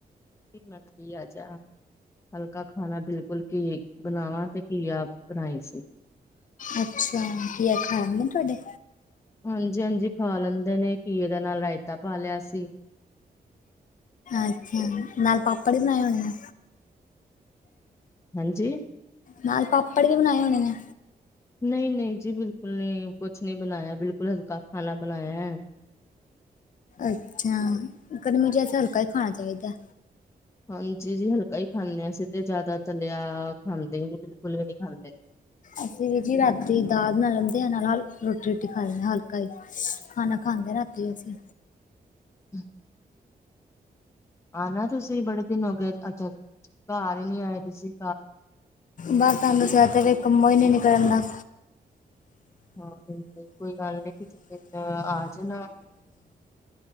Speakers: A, on the left; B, on the left.
A: ਮ ਆ ਜਾ ਹਲਕਾ ਖਾਣਾ ਬਿਲਕੁਲ ਕੀ ਬਣਾਵਾਂ ਤੇ ਕੀ ਆਪ ਬਣਾਈ ਸੀ।
B: ਅੱਛਾ! ਕੀ ਆ ਖਾਣ ਨੇ ਤੁਹਾਡੇ।
A: ਹਾਂਜੀ! ਹਾਂਜੀ! ਖਾ ਲੈਂਦੇ ਨੇ ਕੀਏ ਦੇ ਨਾਲ ਰਾਇਤਾ ਪਾ ਲਿਆ ਸੀ।
B: ਅੱਛਾ! ਨਾਲ ਪਾਪੜ ਵੀ ਬਣਾਏ ਹੋਣੇ ਆਂ।
A: ਹਾਂਜੀ!
B: ਨਾਲ ਪਾਪੜ ਵੀ ਬਣਾਏ ਹੋਣੇ ਨੇ।
A: ਨਹੀਂ-ਨਹੀਂ ਜੀ, ਬਿਲਕੁਲ ਨਹੀਂ, ਕੁਛ ਨਹੀਂ ਬਣਾਇਆ। ਬਿਲਕੁਲ ਹਲਕਾ ਖਾਣਾ ਬਣਾਇਆ ਹੈ।
B: ਅੱਛਾ! ਗਰਮੀ 'ਚ ਵੈਸੇ ਹਲਕਾ ਹੀ ਖਾਣਾ ਚਾਹੀਦਾ।
A: ਹਾਂਜੀ! ਜੀ ਹਲਕਾ ਹੀ ਖਾਂਦੇ ਹਾਂ। ਅਸੀਂ ਤੇ ਜ਼ਿਆਦਾ ਤਲਿਆ ਖਾਂਦੇ ਨੀ, ਬਿਲਕੁਲ ਵੀ ਨਹੀਂ ਖਾਂਦੇ।
B: ਅਸੀਂ ਵੀ ਜੀ ਰਾਤੀ ਦਾਲ ਬਣਾ ਲੈਂਦੇ ਹਾਂ। ਨਾਲ ਹਲ ਰੋਟੀ-ਰੋਟੀ ਖਾ ਲੈਣੇ ਹਾਂ। ਹਲਕਾ ਜਾ। ਖਾਣਾ ਖਾਂਦੇ ਰਾਤੀ ਅਸੀਂ।
A: ਹੂੰ! ਆਨਾ ਤੁਸੀਂ ਬੜੇ ਦਿਨ ਹੋ ਗਏ। ਅੱਛਾ, ਘਰ ਹੀ ਨਹੀਂ ਆਏ ਤੁਸੀਂ।
B: ਬਸ ਤੁਹਾਨੂੰ ਦਸਿਆ ਤੇ ਕੰਮੋ ਹੀ ਨਹੀਂ ਨਿਕਲਿਆ ਜਾਂਦਾ।
A: ਹਾਂ। ਨਹੀਂ -ਨਹੀਂ ਕੋਈ ਗੱਲ ਨਹੀਂ ਤੁਸੀਂ ਜਦ ਆ ਜਾਣਾ।